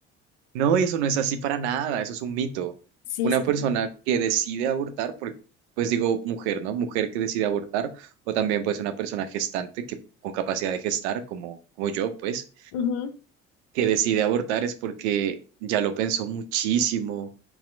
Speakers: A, on the right (about 65°); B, on the left (about 65°).
A: No, y eso no es así para nada, eso es un mito.
B: Sí,
A: Una
B: sí,
A: persona
B: sí.
A: que decide abortar, porque, pues digo mujer, ¿no? Mujer que decide abortar, o también pues una persona gestante que con capacidad de gestar, como, como yo, pues,
B: Ujú,
A: que decide abortar es porque ya lo pensó muchísimo,